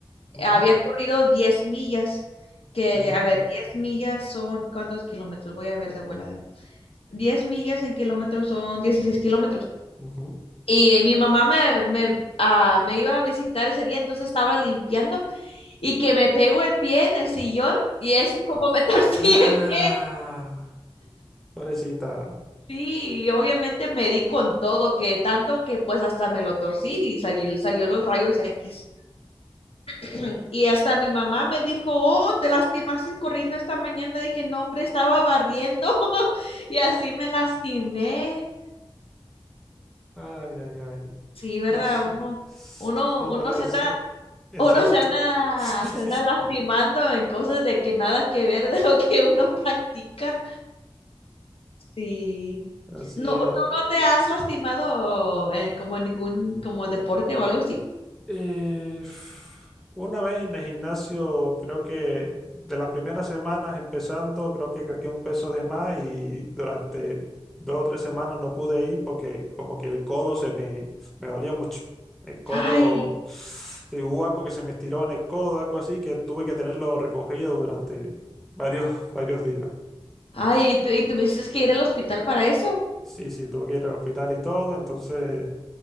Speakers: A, in the centre; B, on the left.
A: Ujú,
B: había corrido 10 millas. Que,
A: uh,
B: a ver, 10 millas son, ¿cuántos kilómetros? Voy a ver de volada. diez millas en kilómetros son 16 kilómetros.
A: ujú.
B: Y eh, mi mamá me, me, ah, me iba a visitar ese día, entonces estaba limpiando y que me pegó el pie en el sillón y eso es como me <laughs> torcí
A: Ah,
B: el pie.
A: pobrecita.
B: Sí, y obviamente me di con todo, que tanto que pues hasta me lo torcí y salí, salió los rayos X. <clears throat> Y hasta mi mamá me dijo, oh, te lastimaste corriendo esta mañana. Le dije, no, hombre, estaba barriendo <laughs> y así me lastimé.
A: Ay, ay, ay.
B: Sí, ¿verdad?
A: No sé.
B: Uno,
A: Si
B: uno, uno
A: no es.
B: se anda
A: Exacto.
B: Uno se anda,
A: <laughs>
B: se anda lastimando en cosas de que nada que ver de lo que uno practica. Sí.
A: Así
B: No,
A: es.
B: ¿tú no te has lastimado eh, como en ningún como deporte o algo así?
A: Eh, una vez en el gimnasio, creo que de las primeras semanas empezando, creo que cargué un peso de más y durante dos o tres semanas no pude ir porque como que el codo se me, me dolía mucho. El codo,
B: Ay,
A: sí, hubo algo que se me estiró en el codo, algo así, que tuve que tenerlo recogido durante varios, <laughs> varios días.
B: ay, ¿y, tu- y tuviste que ir al hospital para eso?
A: Sí, sí, tuve que ir al hospital y todo, entonces...